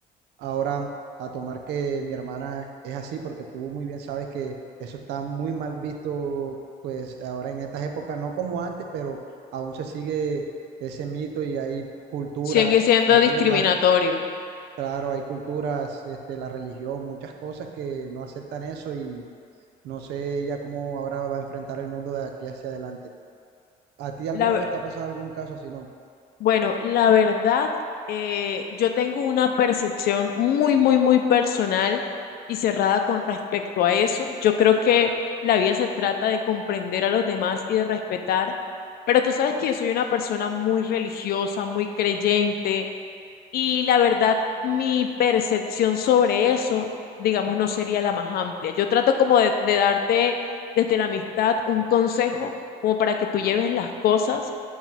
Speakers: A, on the right; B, on the left.
A: ahora a tomar que mi hermana es así, porque tú muy bien sabes que eso está muy mal visto, pues ahora en estas épocas, no como antes, pero aún se sigue ese mito y hay culturas,
B: Sigue siendo
A: hay rela-
B: discriminatorio.
A: la- Claro, hay culturas, este, la religión, muchas cosas que no aceptan eso y no sé ella cómo ahora va a enfrentar el mundo de aquí hacia adelante. ¿A ti alguna
B: La, ver-
A: vez te ha pasado algún caso si no?
B: bueno, la verdad, eh, yo tengo una percepción muy, muy, muy personal y cerrada con respecto a eso. Yo creo que la vida se trata de comprender a los demás y de respetar, pero tú sabes que yo soy una persona muy religiosa, muy creyente Y la verdad, mi percepción sobre eso, digamos, no sería la más amplia. Yo trato como de, de darte desde la amistad un consejo como para que tú lleves las cosas